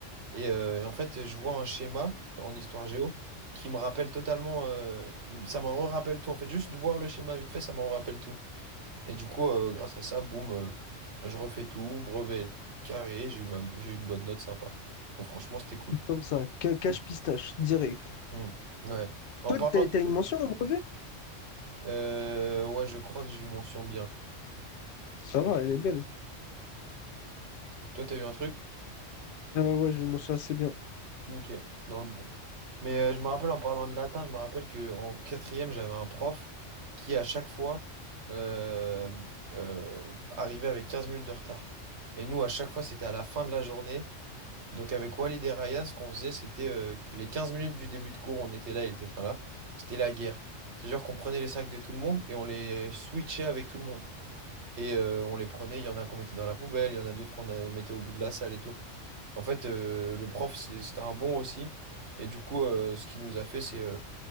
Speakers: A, on the right; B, on the left.
A: Et, euh, et en fait, je vois un schéma en histoire géo qui me rappelle totalement, euh, il me- ça me rappelle tout. En fait, juste de voir le schéma vite fait, ça me rappelle tout. Et du coup, euh, grâce à ça, boum, euh, je refais tout, brevet carré, j'ai eu ma- j'ai eu une bonne note sympa. Donc franchement, c'était cool.
B: Comme ça. ca- Cache pistache, direct.
A: Hmm. Ouais. En
B: Toi,
A: parlant
B: t'as, t'as une
A: de...
B: mention au brevet?
A: euh, ouais, je crois que j'ai eu mention bien.
B: Ça va,
A: Et
B: elle est belle.
A: Toi, t'as eu un truc?
B: Euh, ouais, je m'en souviens assez bien.
A: Ok, dans le bon. Mais euh, je me rappelle en parlant de latin, je me rappelle que en quatrième, j'avais un prof qui, à chaque fois, euh, euh, arrivait avec 15 minutes de retard. Et nous, à chaque fois, c'était à la fin de la journée. Donc avec Walid et Ryan, ce qu'on faisait, c'était euh, les 15 minutes du début de cours, on était là, il était pas là. C'était la guerre. C'est genre qu'on prenait les sacs de tout le monde et on les switchait avec tout le monde. Et euh, on les prenait, il y en a qu'on mettait dans la poubelle, il y en a d'autres qu'on euh, mettait au bout de la salle et tout. En fait, euh, le prof, c'est- c'était un bon aussi. Et du coup, euh, ce qu'il nous a fait, c'est euh,